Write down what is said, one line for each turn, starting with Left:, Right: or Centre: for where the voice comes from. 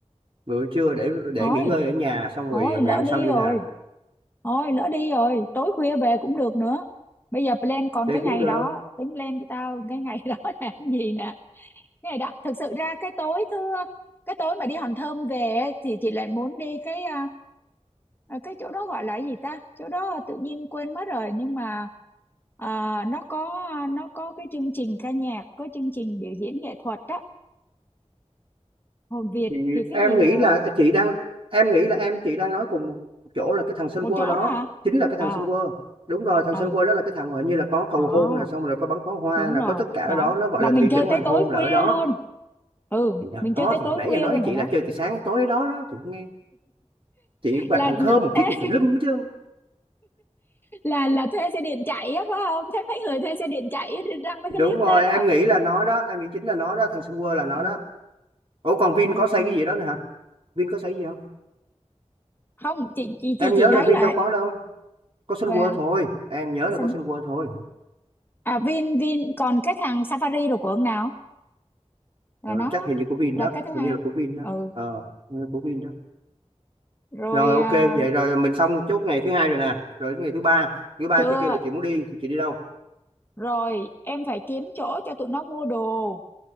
Right: buổi trưa để để
Left: thôi
Right: nghỉ ngơi ở nhà xong rồi
Left: thôi
Right: ờ, ngày
Left: lỡ
Right: hôm
Left: đi
Right: sau đi
Left: rồi
Right: làm
Left: thôi lỡ đi rồi tối khuya về cũng được nữa bây giờ plan còn
Right: đây
Left: cái ngày
Right: cũng được
Left: đó tính plan cho tao cái ngày <laughs> đó là cái gì nè này đó thực sự ra cái tối thưa cái tối mà đi Hòn Thơm về ấy, thì chị lại muốn đi cái à, à, cái chỗ đó gọi là cái gì ta chỗ đó tự nhiên quên mất rồi nhưng mà à, nó có nó có cái chương trình ca nhạc có chương trình biểu diễn nghệ thuật á Hồn Việt
Right: thì
Left: thì cái
Right: em
Left: gì
Right: nghĩ
Left: à,
Right: là ờ, chị đang em nghĩ là em chị đang nói cùng một chỗ là cái thằng Sun
Left: một
Right: World
Left: chỗ
Right: đó
Left: đó hả
Right: chính là cái
Left: à
Right: thằng Sun World đúng rồi thằng Sun
Left: ừ
Right: World đó là cái thằng mà hình như là có cầu
Left: đó
Right: hôn là xong rồi có bắn pháo hoa
Left: đúng
Right: là
Left: rồi
Right: có tất cả ở
Left: đó
Right: đó nó gọi
Left: là
Right: là
Left: mình
Right: thị
Left: chơi
Right: trấn hoàng
Left: tới
Right: hôn
Left: tối khuya
Right: là ở đó
Left: luôn ừ
Right: thì
Left: mình
Right: đó
Left: chơi tới tối
Right: thì nãy
Left: khuya
Right: em nói
Left: luôn
Right: với
Left: ở
Right: chị
Left: đó
Right: là chơi từ sáng đến tối đó đó chị nghe chị bài
Left: là
Right: hòn thơm
Left: <laughs>
Right: một thiết gì tùm lum hết trơn
Left: là là thuê xe điện chạy á phải không thế mấy người thuê xe điện chạy á, đăng mấy cái
Right: đúng
Left: clip
Right: rồi
Left: lên á
Right: em nghĩ là nó đó em nghĩ chính là nó đó thằng Sun World là nó
Left: ừ
Right: đó ủa còn Vin
Left: ok
Right: có xây cái gì đó nữa hả Vin có xây gì không
Left: không chị chị
Right: em
Left: chị chị
Right: nhớ là
Left: thấy
Right: Vin
Left: là
Right: đâu có đâu có Sun
Left: về
Right: World
Left: à,
Right: thôi em nhớ là
Left: sao
Right: có
Left: nhỉ?
Right: Sun World thôi
Left: à, Vin Vin còn cái thằng Safari rồi của ông nào là
Right: ờ,
Left: nó đó
Right: chắc hình như của Vin
Left: là
Right: đó
Left: cái thứ hai
Right: hình như là của Vin đó
Left: ừ
Right: ờ hình như của Vin đó
Left: rồi
Right: rồi ok
Left: à,
Right: vậy rồi mình xong chốt ngày thứ hai rồi nè rồi đến ngày thứ ba thứ ba
Left: chưa
Right: chị kêu là chị muốn đi thì chị đi đâu
Left: rồi em phải kiếm chỗ cho tụi nó mua đồ